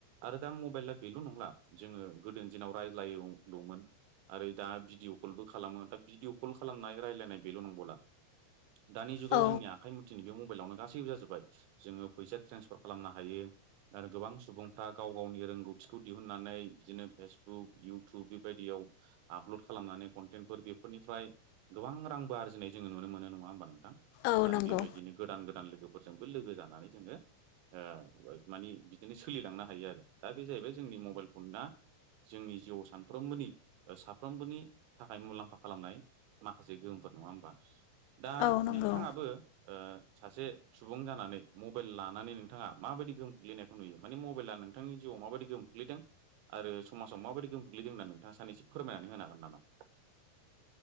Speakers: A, on the right (about 80°); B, on the left (about 85°).
A: आरो दा मबाइला बेल' नंला जोङो गोदोनि दिनाव रायज्लायोल'मोन। आरो दा भिडिअ कलबो खालामो दा भिडिअ कल खालामनाय रायज्लायनाय बेल' नंबावला दानि जुगाव
B: औ
A: जोंनि आखाइ मुथिनि बे मबाइलावनो गासैबो जाजोबबाय। जोङो फैसा ट्रेन्सफार खालामनो हायो। आरो गोबां सुबुंफ्रा गाव गावनि रोंगौथिखौ दिहुननानै बिदिनो फेसबुक इउटुब बेबायदियाव आपल'ड खालामनानै कन्टेन्टफोर बेफोरनिफ्राय गोबां रांबो आरजिनाय जोङो नुनो मोनो नङा होमबा नोंथां
B: औ नंगौ
A: आरो बेबायदिनो गोदान गोदान लोगोफोरजोंबो लोगो जानानै जोङो ओ मानि बिदिनो सोलिलांनो हायो आरो दा बे जाहैबाय जोंनि मबाइल फना जोंनि जिउआव सानफ्रोमबोनि ओ साफ्रोमबोनि थाखाय मुलाम्फा खालामनाय माखासे गोहोमफोर नङा होमबा। दा
B: औ नंगौ
A: नोंथाङाबो ओ सासे सुबुं जानानै मबाइल लानानै नोंथाङा माबायदि गोहोम खोलैनायखौ नुयो माने मबाइला नों नोंथांनि जिउआव माबायदि खोखलैदों आरो समाजाव माबायदि गोग्लैदों होननानै नोंथाङा सानैसो फोरमायनानै होनो हागोन नामा नोंथां।